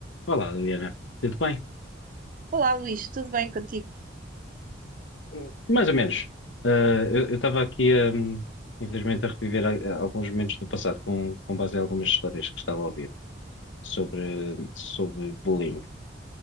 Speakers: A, on the left; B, on the right.
A: Olá, Liliana. Tudo bem?
B: Olá, Luís, tudo bem contigo?
A: Hum. Mais ou menos. Ah, eu estava aqui, hum, infelizmente, a reviver a- a alguns momentos do passado com, com base em algumas histórias que estava a ouvir sobre, sobre bullying,